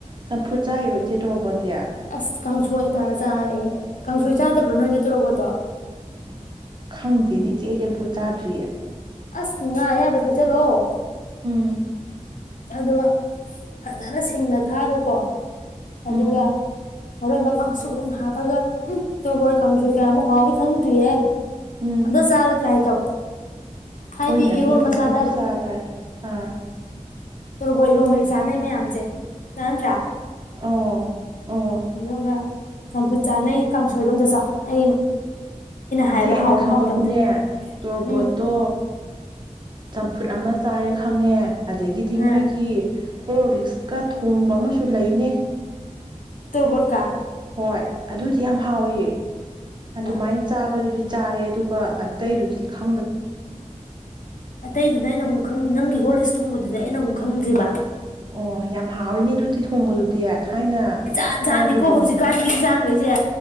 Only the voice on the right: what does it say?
ꯆꯝꯐꯨꯠ ꯆꯥꯔꯣ ꯏꯆꯦ ꯇꯧꯣꯔꯕꯠ ꯗꯌꯥ
ꯈꯪꯗꯦ ꯏꯆꯦ ꯑꯩꯗꯤ ꯑꯃꯝꯐꯨ ꯆꯥꯗ꯭ꯔꯤꯌꯦ
ꯎꯝ
ꯎꯝ
ꯎꯝ
ꯍꯣꯏꯅꯦ ꯑꯝꯇ
ꯑꯝꯇꯕꯨ
ꯆꯥ ꯇꯥꯔꯦ ꯑꯥ
ꯑꯣ ꯑꯣ
ꯏꯆꯦ
ꯑꯩꯅ
ꯈꯪꯕꯕꯨꯅꯦ
ꯇꯣꯔꯕꯣꯠꯇꯣ
ꯆꯝꯐꯨꯠ ꯑꯃ ꯆꯥꯔꯦ ꯈꯪꯉꯦ ꯑꯗꯒꯤꯗꯤ
ꯃꯣꯏꯒꯤ ꯍꯣꯔ ꯂꯤꯛꯁꯀ ꯊꯣꯡꯕ ꯑꯃꯁꯨ ꯂꯩꯅꯦ
ꯍꯣꯏ ꯑꯗꯨꯗꯤ ꯌꯥꯝ ꯍꯥꯎꯋꯦ ꯑꯗꯨꯃꯥꯏꯅ
ꯆꯥꯕꯗꯨꯗꯤ ꯆꯥꯔꯦ ꯑꯗꯨꯒ ꯑꯇꯩꯗꯨꯗꯤ ꯈ
ꯑꯣ ꯌꯥꯝ ꯍꯥꯎꯋꯤꯅꯦ ꯑꯗꯨꯗꯤ ꯊꯣꯡꯕꯗꯨꯗꯤ ꯊꯥꯏꯅ
ꯆꯥꯈꯤꯕꯅꯦ